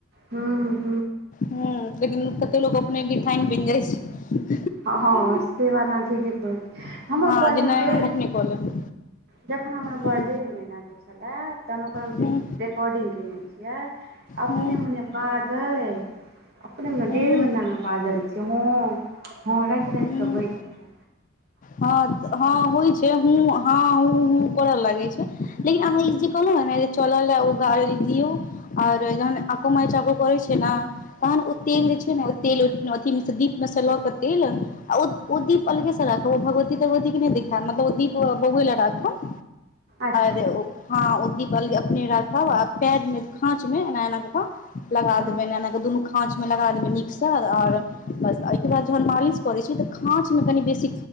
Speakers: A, on the right; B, on the left.
A: हू ह
B: ह लेकिन कतेक लोक अपने गिरथाइन बनि जाइ छै
A: हँ हँ से बात अहाँ ठिके कहै
B: छै
A: हमर
B: हँ
A: वजन
B: नहि
A: जे
B: हम अपने कऽ लेब
A: जखन हमर बर्डे
B: हूँ
A: ईमहिनाके छलै तहन ओकर
B: हूँ
A: रेकॉर्डिंग केने छल अपने
B: हूँ
A: मने बागे अपने मने
B: हूँ
A: डेढ़ महीना मे बागल छी त हाँ हँ राति राति
B: हूँ
A: कऽ बै जेतै
B: हँ हँ होइ छै ह हँ करऽ लागै छै लेकिन अहाँ ई जे कहलौ ह ने जे चलल ओ गाड़ दियऔ आर जहन कमाय चाबो कर छियै ने तहन ओ तेल जे छै ने ओ तेल अथि मे ओ दीप मे से ल के तेल आ दीप अलगे से राख ओ भगवतती तगवती क नय देखाब मतब ओ दीप बैए ल‌ राखब
A: अच्छा
B: दे ओ हाँ ओदीप अलगे अपने राखब आ पैरमे खाँचमे एना एना कऽऽ लगा
A: हँ
B: देबै एना एना क के दुनू खाँचमे लगा देबै नीकसँ आओर बस एहिके बाद जेहन‌ मालिश करैछी तऽ खाँचमे कनि बेसी